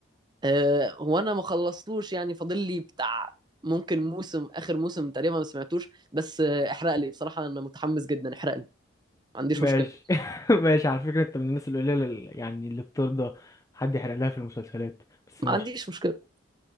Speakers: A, on the right (about 20°); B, on the left (about 15°).
A: آه هو انا ما خلصتوش يعني فاضل لي بتاع ممكن موسم اخر موسم تقريبا ما سمعتوش بس آه احرق لي بصراحه انا متحمس جدا احرق لي ما عنديش
B: ماشي
A: مشكله
B: <laughs> ماشي على فكره انت من الناس القليله اللي- يعني اللي بترضى حد يحرق لها في المسلسلات بس
A: ما
B: ماشي
A: عنديش مشكله